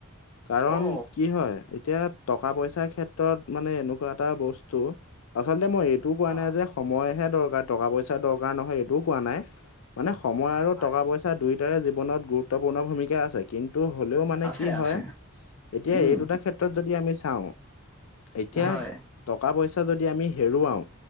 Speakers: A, on the left (about 70°); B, in the centre.
A: কাৰণ
B: অ
A: কি হয় এতিয়া টকা পইচাৰ ক্ষেত্ৰত মানে এনেকুৱা এটা বস্তু আচলতে মই এ এইটো কোৱা
B: অ
A: নাই যে, সময়হে দৰকাৰ টকা পইচা দৰকাৰ নহয় এইটোও কোৱা নাই। মানে সময়
B: হয়
A: আৰু
B: হয়
A: টকা পইচা, দুয়োটাৰে জীৱনত গুৰুত্বপূৰ্ণ ভূমিকা আছে। কিন্তু হ'লেও মানে
B: আছে
A: কি
B: আছে
A: হয়, এতিয়া
B: উম
A: এই দুটা ক্ষেত্ৰত যদি আমি চাওঁ এতিয়া
B: হয়
A: টকা পইচা যদি আমি হেৰুৱাওঁ,